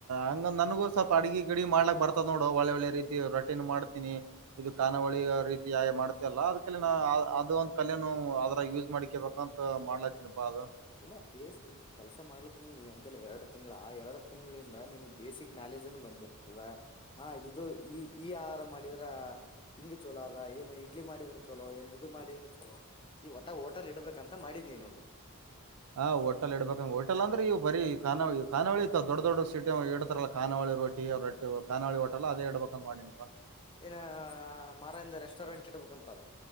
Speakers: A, on the right; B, on the left.
A: ಹಂಗ ನನಗೂ ಸ್ವಲ್ಪ ಅಡ್ಗಿ ಗಿಡ್ಗಿ ಮಾಡ್ಲಕ್ ಬರ್ತದ ನೋಡು ಒಳ್ಳೆ ಒಳ್ಳೆ ರೀತಿ ರೊಟ್ಟಿನು ಮಾಡ್ತೀನಿ ಇದು ಕಾನಾವಳಿ ರೀತಿ ಆೆ ಮಾಡುತೆಲ್ಲ ಅದಿಕೆಲ್ಲ ನಾ ಅದು ಒಂದ ಕಲೆನು ಆದ್ರಾಗ್ ಯೂಸ್ ಮಾಡ್ಕ್ಯಬೇಕ್ ಮತ್ತ ಮಾಡ್ಲಾಕತ್ತಿನಪ್ಪಾ ಅದು
B: ಇಲ್ಲ ಬೇ ಈ ಕೆಲ್ಸ ಮಾಡ್ಲಿಕ್ಕ ನೀ ಅಂದಿಲ್ಲ ಎರಡ್ ತಿಂ್ ಆ ಎರಡ್ ತಿಂಗಳಿಂದ ನಿನ್ಗ್ ಬೇಸಿಕ್ ಎ ಜನ ಬಂದಿರ್ತವ ಹಾ ಇದು ಈ ಈ ಆಹಾರ ಮಾಡಿದ್ರ ಹಿಂಗ ಚಲೋ ಅದ ಏನು ಇಡ್ಲಿ ಮಾಡಿದ್ರ ಚಲೋ ಏನ್ ಇದು ಮಾಡಿದ್ರರು ಚಲೋ ಈ ಒಟಾ ಹೋಟಲ್ ಇಡ್ಬೇಕಂತ ಮಾಡಿದ್ ನೀನೊಂದು
A: ಹಾ ಹೋಟಲ್ ಇಡಬೇಕಂಗ ಹೋಟಲ್ ಅಂದ್ರೆ ಇವು ಬೀ ಕಾನಿ ಕಾವಳಿ ಇ ದೊಡ್ ದೊಡ್ ಸೀಟ ಇಡ್ತಾರಲ್ಲ ಕಾನಾವಳಿ ರೋಿ ಅವ್ರ ರೊಟ್ಟಿ ಕಾನಾವಳಿೋಟಲ್ಲ ಅದೇ ಇಡಬೇಕಂದ ಮಾಡಿನನಪ್ಪಾ
B: ಏನ ಮಾರಾಯಂದ ರೆಸ್ಟೋರೆಂಟ್ ಇಡ್ಬೇಕುಂತದ